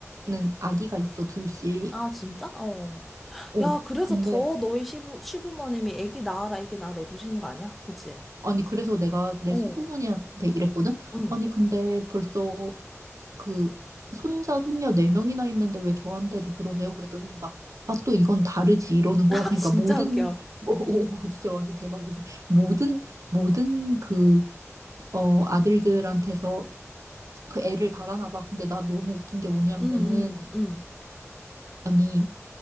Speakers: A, on the right; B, in the centre.
A: 는 아기가 있어, 둘씩.
B: 아, 진짜? 어.
A: 어,
B: 야, 그래서
A: 근데,
B: 더 너희 시부, 시부모님이 애기 낳아라, 애기 낳아라 이러시는 거 아니야? 그치?
A: 아니, 그래서 내가 내
B: 어.
A: 시부모님한테 이랬거든?
B: 응.
A: 아니, 근데 벌써 그 손자 손녀 네 명이나 있는데 왜 저한테도 그러세요? 그랬더니 막 아 또 이건 다르지 이러는 거야.
B: <laughs> 아,
A: 그러니까
B: 진짜
A: 모든
B: 웃겨.
A: <laughs> 오, 진짜 완전 대박이지. 모든 모든 그 어 아들들한테서 그 애를 바라나 봐. 근데 나 너무 웃긴 게 뭐냐면은
B: 응, 응, 응.
A: 아니